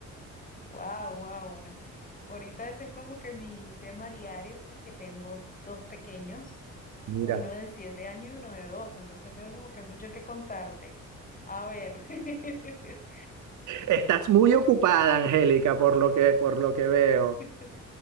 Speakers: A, on the left; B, on the right.
A: Wow, wow, bueno. Ahorita ese es como que mi tema diario porque tengo dos pequeños,
B: Mira,
A: uno de siete años y uno de dos, entonces tengo como que mucho que contarte. A ver. <laughs>
B: estás
A: Bueno.
B: muy ocupada, Angélica, por lo que, por lo que veo.
A: <laughs>